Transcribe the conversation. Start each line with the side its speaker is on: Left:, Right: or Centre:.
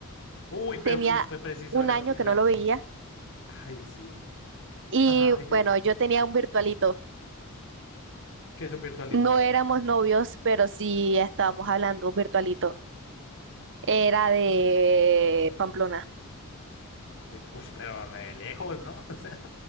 Left: Uy, pero
Right: Tenía
Left: fue fue preciso
Right: un
Left: el, audi-
Right: año que
Left: el
Right: no
Left: a-
Right: lo
Left: sí.
Right: veía
Left: Ay, sí.
Right: y
Left: Ajá. ¿y ¿Qué,
Right: bueno, yo tenía un virtualito.
Left: qué es un virtualito?
Right: No éramos novios, pero sí estábamos hablando un virtualito. Era de Pamplona.
Left: De, uf, pero re lejos, ¿no? <laughs> O sea,